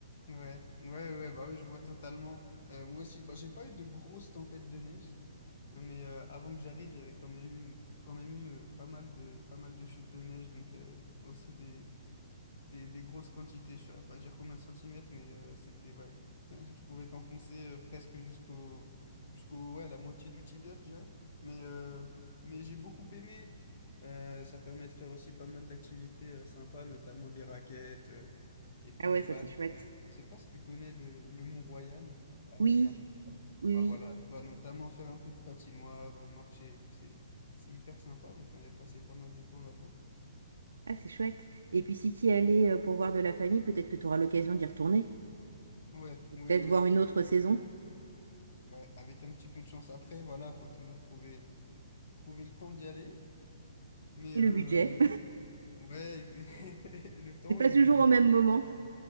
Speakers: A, on the left; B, on the right.
A: Ouais, ouais, ouais, bah oui, je vois totalement. Euh, moi aussi, bah, j'ai pas eu de grosses tempêtes de neige, hein, mais euh, avant que j'arrive, il y avait quand même eu, quand même eu euh, pas mal de, pas mal de chutes de neige, donc euh, aussi des, des, des grosses quantités. Je ne saurais pas dire combien de centimètres, mais euh, c'était, ouais. <laughs> Tu pouvais t'enfoncer euh, presque jusqu'au, jusqu'au, ouais, la moitié du tibia, je dirais. Mais, euh, mais j'ai beaucoup aimé. Euh, ça permet de faire aussi pas mal d'activités euh, sympas, notamment des raquettes euh, et puis
B: Ah ouais,
A: des
B: ça
A: balles.
B: c'est chouette.
A: de- Je ne sais pas si tu connais le, le Mont-Royal euh,
B: Oui,
A: qui est à Montréal.
B: oui,
A: Bah
B: oui.
A: voilà, là-bas, notamment faire un peu de patinoire, euh, marcher et tout. C'est, c'est hyper sympa. Donc, on avait passé pas mal de temps là-bas.
B: Ah, c'est chouette. Et puis si tu y allais euh, pour voir de la famille, peut-être que tu auras l'occasion d'y retourner.
A: Ouais,
B: Et
A: ouais,
B: Peut-être
A: ouais,
B: voir
A: je
B: une
A: pense
B: autre
A: que.
B: saison.
A: Ouais, avec un petit peu de chance après, voilà, faut toujours trouver, trouver le temps d'y aller. Mais
B: Et
A: euh,
B: le budget.
A: ouais, <laughs> le
B: <laughs>
A: temps
B: C'est pas
A: et le
B: toujours
A: budget.
B: au même
A: Mais
B: moment.